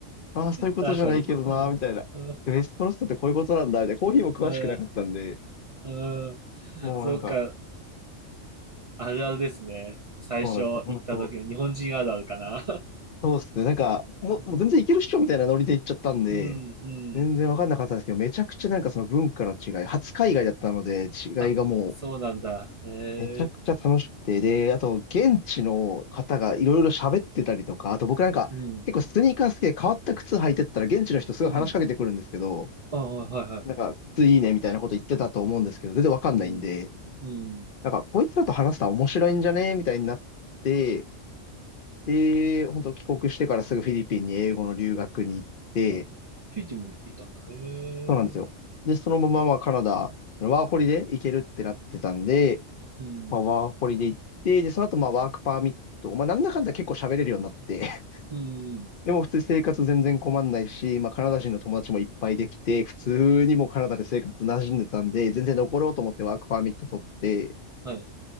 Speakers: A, on the left (about 55°); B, on the right (about 45°).
A: ああ、そういうことじゃないけどな、
B: 確かに。うん。
A: みたいな。
B: うん。
A: でエスプレッソってこういうことなんだ、みたいな。コーヒーも詳しくなかったんで、
B: うん。う
A: もうなんか、
B: んそうか。あるあるですね。最初行った時の日本人あるあるかな。
A: そうなんですよ。本当そうっすね。なんか、もう、
B: <laughs> うん。
A: もう全然いけるっしょみたいなノリで行っちゃったんで、
B: うん。うん。
A: 全然わかんなかったんですけど、めちゃくちゃなんかその文化の違い、初海外だったので、違いがもう、
B: あ、そうなんだ。へ
A: めちゃくちゃ楽しくて、
B: え。
A: で、あと、現地の方がいろいろ喋ってたりとか、あと僕なんか、
B: うん。
A: 結構スニーカー好きで変わった靴履いてったら、現地の人すごい話しかけてくるんですけど、
B: うん。ああ、はいはい。
A: なんか、靴いいねみたいなこと言ってたと思うんですけど、全然わかんないんで、
B: うん。うん。
A: なんか、こいつらと話したら面白いんじゃねみたいになって、で、本当帰国してからすぐフィリピンに英語の留学に行って、
B: あ、フィジーも行ったんだ。へ
A: そうなんですよ。
B: え。
A: で、そのまままあカナダ、ワーホリで行けるってなってたんで、
B: うん。
A: まあ、ワーホリで行って、で、その後まあワークパーミット、まあなんだかんだ結構喋れるようになって、<laughs>
B: うん。
A: でも普通に生活全然困んないし、まあカナダ人の友達もいっぱいできて、普通にもうカナダで生活馴染んでたんで、全然残ろうと思ってワークパーミット取って、
B: はい。